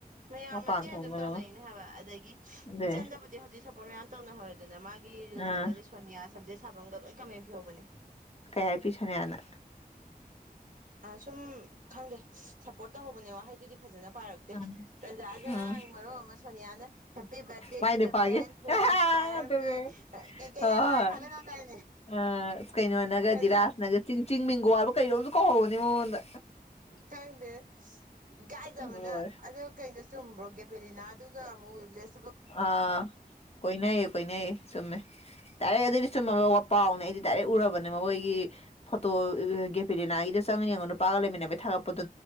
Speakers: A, on the right; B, on the left.
A: ꯃꯌꯥꯝ
B: ꯃꯄꯥꯟ
A: ꯃꯇꯦꯡ
B: ꯊꯣꯡꯗꯅꯕ
A: ꯑꯗꯨꯝ ꯇꯧꯅꯩꯅꯦ ꯍꯥꯏꯕ ꯑꯗꯒꯤ
B: ꯑꯗꯨꯏ
A: ꯏꯆꯟꯗꯕꯨꯗꯤ ꯍꯧꯖꯤꯛ ꯁꯞꯄꯣꯔꯠ ꯃꯌꯥꯝ ꯇꯧꯅꯍꯧꯔꯗꯅ ꯃꯥꯒꯤ ꯔꯤꯜꯁꯇꯒꯁꯦ
B: ꯑꯥ
A: ꯁꯣꯅꯤꯌꯥ ꯁꯝꯖꯦꯠꯁꯥꯕꯝꯒꯁꯦ ꯂꯣꯏ ꯀꯃꯦꯟ ꯄꯤꯍꯧꯕꯅꯦ
B: ꯀꯩ ꯍꯥꯏ ꯄꯤ ꯁꯣꯅꯤꯌꯥꯅ
A: ꯁꯨꯝ ꯈꯪꯗꯦ ꯁꯞꯄꯣꯔꯠ ꯇꯧꯍꯧꯕꯅꯦ ꯋꯥꯍꯩꯗꯨꯗꯤ ꯐꯖꯅ ꯄꯥꯔꯛꯇꯦ
B: ꯑꯥ
A: ꯇꯟꯖꯥꯁꯦꯗ
B: ꯑꯥ
A: ꯉꯔꯥꯡ ꯑꯃꯨꯛ ꯁꯣꯅꯤꯌꯥꯅ ꯍꯦꯞꯄꯤ ꯕꯥꯔꯗꯦ
B: ꯃꯥꯏ
A: ꯇꯨ
B: ꯅꯨꯄꯥꯒꯤ
A: ꯗ ꯃꯦꯟ ꯍꯨ ꯏꯁ ꯏꯟꯁꯄꯥꯏ
B: ꯑꯗꯨꯅꯦ
A: ꯃꯤ ꯀꯩꯀꯩ
B: ꯍꯣꯏ
A: ꯅꯣ ꯌꯥꯝ ꯍꯥꯏ ꯊꯥꯒꯠ ꯍꯧ ꯗꯥꯏ
B: ꯑ ꯀꯩꯅꯣꯅꯒ ꯙꯤꯔꯥꯖꯅꯒ
A: ꯅꯦ
B: ꯆꯤꯡ ꯆꯤꯡ ꯃꯤꯡꯒꯣ ꯍꯥꯏꯕ ꯀꯩꯅꯣꯝꯁꯨ ꯀꯧꯍꯧꯕꯅꯦ ꯃꯉꯣꯟꯗ
A: ꯊꯪꯗꯦ ꯏꯀꯥꯏꯖꯕꯅ
B: ꯍꯣꯏ
A: ꯑꯗꯨ ꯀꯩꯅꯣ ꯆꯨꯝꯕ꯭ꯔꯣ ꯒꯦꯄꯦꯂꯤꯅꯥ ꯑꯗꯨꯒ ꯑꯃꯨꯛ ꯋꯤꯜꯕꯂꯦꯁ
B: ꯑꯥ ꯀꯣꯏꯅꯩ ꯀꯣꯏꯅꯩꯌꯦ ꯆꯨꯝꯃꯦ ꯗꯥꯏꯔꯦꯛ ꯑꯗꯨꯏꯗꯤ ꯆꯨꯝꯃꯥꯕ ꯄꯥꯎꯅꯦ ꯑꯩꯗꯤ ꯗꯥꯏꯔꯦꯛ ꯎꯔꯕꯅꯦ ꯃꯣꯏꯒꯤ ꯐꯣꯇꯣ ꯒꯦꯄꯤꯂꯤꯅꯥꯒꯤꯗ ꯆꯪ ꯅ ꯅꯨꯄꯥꯒ ꯂꯩꯥꯏꯃꯤꯟꯅꯕꯩ ꯊꯒꯠꯄꯗꯣ